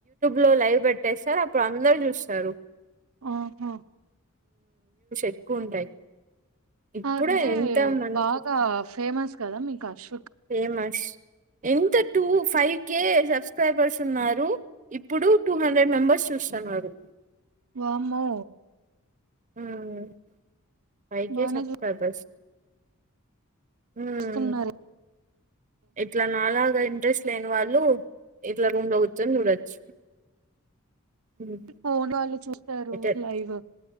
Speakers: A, on the right; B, on the right.
A: లో లైవ్ పేటసారు అప్పుడు అందరూ చూస్తారు
B: ఆహా
A: ఎక్కువుంటాయి. ఇప్పుడే
B: అదే
A: ఎంత మంది
B: బాగా
A: చూస్తున్నారు.
B: ఫేమస్ కదా మికాష్
A: ఫేమస్ ఎంత టూ ఫైవ్ కే సబ్స్క్రైబర్స్ ఉన్నారు ఇప్పుడు టూ హండ్రెడ్ మెంబర్స్ చూస్తానరూ
B: వామో
A: అహ్ ఫైవ్కే
B: బానే
A: సబ్స్క్రయిబ్ హ్మ్
B: చూస్తున్నారే
A: ఇట్ల నాలాగా ఇంట్రెస్ట్ లేని వాళ్ళు ఇట్ల రూమ్లో కుర్చోని చూడొచ్చు ఉమ్,
B: ఫోన్ వాళ్ళు చూస్తారు
A: బెటర్
B: లైవ్